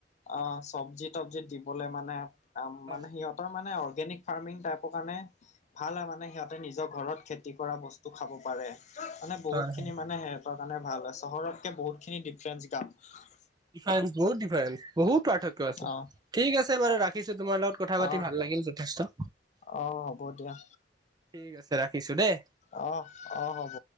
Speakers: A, on the left; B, on the right.
A: অ', চবজি তবজি দিবলে মানে কাম
B: হয়
A: মানে সিহঁত সিহঁতৰ মানে অৰ্গেনিক ফাৰ্মিং টাইপৰ কাৰণে ভাল হয় মানে সিহঁত নিজৰ ঘৰত খেতি কৰা বস্তু খাব পাৰে মানে
B: হয়
A: বহুত খিনি
B: হয়
A: মানে ৰ কাৰণে ভাল হয় চহৰতকে বহুত খিনি ডিফাৰেন্ঞ্চ গাম
B: ডিফাৰেন্স বহুত ডিফাৰেন্স বহুত পৰ্থক আছে
A: অ'।
B: ঠিক আছে বাৰু
A: অ
B: ৰাখিছো তোমাৰ লগত কথা পাতি
A: অ
B: ভাল লাগিল যথেষ্ট।
A: অ', হ'ব দিয়া।
B: ঠিক আছে ৰাখিছো দেই।
A: অ'-অ', হ'ব।